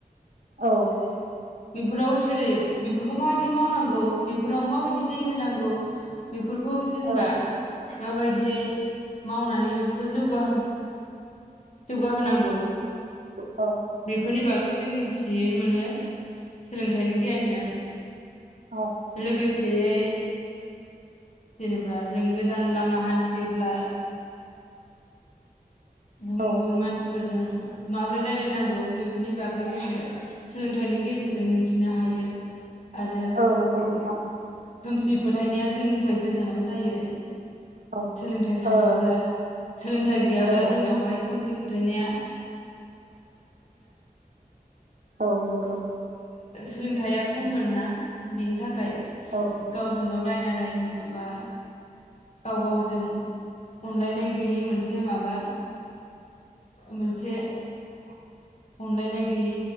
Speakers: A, on the right; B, on the left.
A: औ
B: जेरै बेफोराव जेरै बेफोरखौ माबायदि मावनांगौ बेफोराव माबादि दै होनांगौ, बेफोरखौ जेनेबा
A: औ
B: माबायदियै मावनानै बेफोरखौ जौगा जौगाहोनांगौ
A: औ
B: बेफोरनि बागै जों मिथि बिनो मोनो सोलोंथाइनि गियानजों
A: औ
B: लोगोसे <unintelligible> जेनेबा जों गोजान लाम मा हानथियोब्ला गुबुन
A: औ
B: गुबुन मानसिफोरजों माबोरै रायलायनांगौ बेफोरनि बागै बे जोङो सोलोंथाइनि गेजेरजों मिथिनो हायो आरो।
A: औ नंगौ नोंथां
B: खोमसि फोथायनाया जोंनिफ्राय गोजानाव जायो।
A: औ
B: सोलोंथाइ थायोब्ला
A: ओ
B: सोलोंथाइ गैयाब्ला
A: ओ
B: जोंनावहाय खोमसि फोथायनाया
A: औ नंगौ
B: सोलोंथाया खममोनना बिनि थाखाय
A: औ
B: गावजों गाव दायना दायनि एबा गाव गाव जों अनलायनाय गैयि मोनसे माबा मोनसे
A: <inaudible>
B: अनलायनाय गैयि।